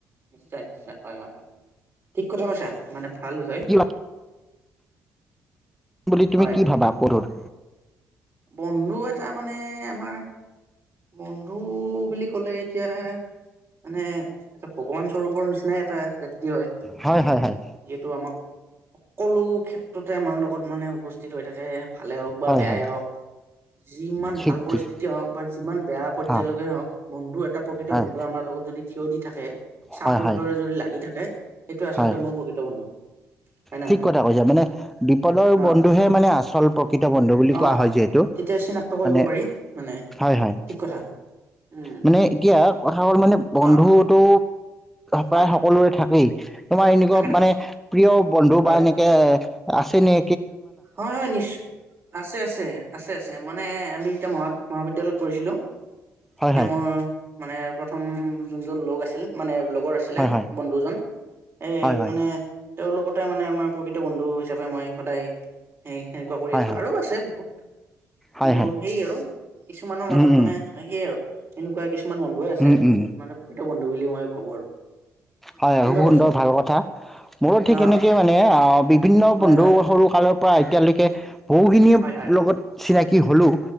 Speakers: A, on the right; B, in the centre.
A: নিশ্চয় নিশ্চয় হয় হয় হয় ঠিক কথা কৈছা মানে ভাল বিষয়
B: কি বুলি তুমি
A: হয়
B: কি ভাবা পদুৰ
A: বন্ধু এটা মানে আমাৰ বন্ধু বুলি ক'লে এতিয়া মানে এটা ভগৱান স্বৰূপৰ নিচিনাই এটা ব্যক্তি হয়
B: হয় হয় হয়
A: যিহেতু আমাক সকলো ক্ষেত্ৰতে আমাৰ লগত মানে উপস্থিত হৈ থাকে ভালে হওক বা
B: হয়
A: বেয়াই
B: হয়
A: হওক যিমান
B: ঠিক
A: ভাল পৰিস্থিতি
B: ঠিক
A: হওক বা ইমান বেয়া পৰ্যয়ায়লৈকে
B: অ
A: হওক বন্ধু এটা প্ৰকৃত
B: হয়
A: বন্ধু আমাৰ লগত যদি থিয় দি থাকে চাহটোৰ
B: হয় হয়
A: দৰে যদি লাগি থাকে সেইটো আচলতে
B: হয়
A: মোৰ প্ৰকৃত বন্ধু হয় নে
B: ঠিক
A: নহয়
B: কথা কৈছ মানে বিপদৰ
A: অ
B: বন্ধুহে মানে আচল প্ৰকৃত বন্ধু বুলি কোৱা
A: অ
B: হয় যিহেতু
A: তেতিয়া চিনাক্ত কৰিব
B: মানে
A: পাৰি মানে
B: হয় হয়
A: ঠিক কথা উম
B: মানে এতিয়া কথা হ'ল মানে বন্ধুটো
A: অ
B: প্ৰায়
A: হয়
B: সকলোৰে থাকেই হে তোমাৰ এনকোৱা
A: থাকে থাকে
B: মানে প্ৰিয় বন্ধু
A: হয়
B: বা এনেকে আছিলে
A: হয় হয় নিশ্চয় আছে আছে আছে আছে মানে আমি এয়া মহা মহাবিদ্যালয়ত পঢ়ছিলো
B: হয়
A: এতিয়া
B: হয়
A: মোৰ মানে প্ৰথম যোনজন লগ আছিল মানে লগৰ আছিলে
B: হয় হয়
A: বন্ধুজন এই
B: হয় হয়
A: মানে তেওঁৰ লগতে মানে আমাৰ প্ৰকৃত বন্ধু হিচাপে মই সদায় সেই সেনেকোৱা কৰি আছোঁ
B: হয় হয়
A: আৰু আছে বহুত কিন্তু
B: হয় হয়
A: সেই আৰু কিছুমানৰ মাজত
B: উম উম
A: মানে সেইয আৰু এনেকোৱা কিছু কিমান বন্ধুৱে আছে
B: উম উম
A: মানে প্ৰকৃত বন্ধু বুলি মই ভাবো আৰু
B: হয় হয়
A: তুমি
B: খুব
A: কোৱাচোন
B: সুন্দৰ ভাল কথা মোৰো ঠিক
A: অ
B: এনেকেই মানে অ বিভিন্ন
A: হয়
B: বন্ধু
A: হয়
B: সৰু কালত পৰা এতিয়ালৈকে বহুখিনিয়ে
A: হয় হয় হয়
B: লগত চিনাকি কি হ'লেও